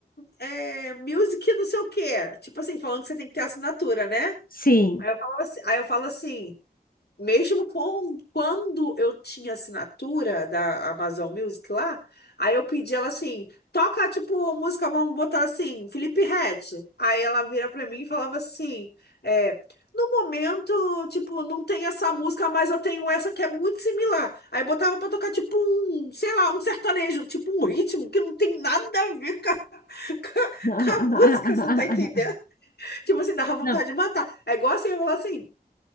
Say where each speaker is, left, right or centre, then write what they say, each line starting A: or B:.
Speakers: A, on the left; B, on the left.
A: é, Music, não sei o que. Tipo assim, falando que você tem que ter assinatura, né?
B: sim.
A: Aí eu falo assim, aí eu falo assim. Mesmo com, quando eu tinha assinatura da Amazon Music lá, aí eu pedi ela assim, toca tipo música, vamos botar assim, Felipe Ret. Aí ela vira pra mim e falava assim, é, no momento, tipo, não tem essa música, mas eu tenho essa que é muito similar. Aí botava pra tocar tipo um, sei lá, um sertanejo, tipo um ritmo que não tem nada a ver com a, <laughs> com a-
B: <laughs>
A: com a música, você tá entendendo? Tipo assim, dava vontade
B: Não.
A: de matar. É igual assim, eu falar assim,